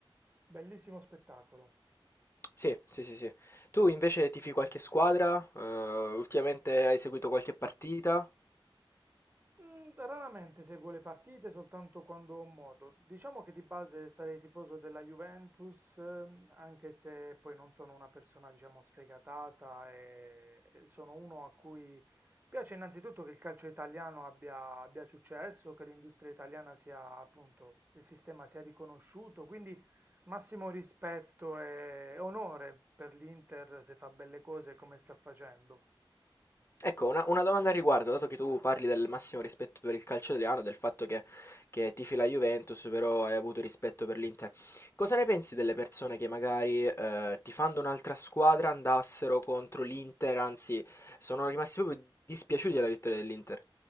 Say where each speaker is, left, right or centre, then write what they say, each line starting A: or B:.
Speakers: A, on the right; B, on the left.
A: bellissimo spettacolo.
B: Sì, sì, sì, sì. Tu invece tifi qualche squadra? Eh, ultimamente hai seguito qualche partita?
A: Mm, Raramente seguo le partite, soltanto quando ho modo. Diciamo che di base sarei tifoso della Juventus, ehm, anche se poi non sono una persona, diciamo, sfegatata e e sono uno a cui piace innanzitutto che il calcio italiano abbia, abbia successo, che l'industria italiana sia, appunto, il sistema sia riconosciuto, quindi massimo rispetto e onore per l'Inter se fa belle cose come sta facendo.
B: Ecco, una, una domanda al riguardo, dato che tu parli del massimo rispetto per il calcio italiano, del fatto che, che tifi la Juventus, però hai avuto rispetto per l'Inter. Cosa ne pensi delle persone che magari eh, tifando un'altra squadra andassero contro l'Inter, anzi, sono rimasti proprio dispiaciuti della vittoria dell'Inter?